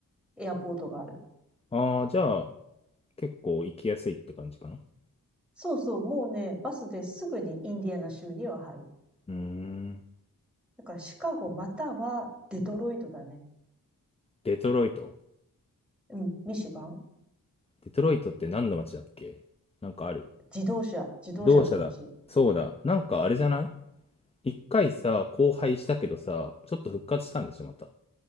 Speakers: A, in the centre; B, on the left.
A: エアポートがある。
B: ああ、じゃあ、結構行きやすいって感じかな。
A: そうそう、もうね、バスですぐにインディアナ州には入る。
B: うーん。
A: だからシカゴまたはデトロイトだね。
B: デトロイト。
A: うん、ミシガン
B: デトロイトって何の街だっけなんかある。
A: 自動車、自動車の街。
B: 同社だ。そうだ。なんかあれじゃない一回さ、荒廃したけどさ、ちょっと復活したんでしょ、また。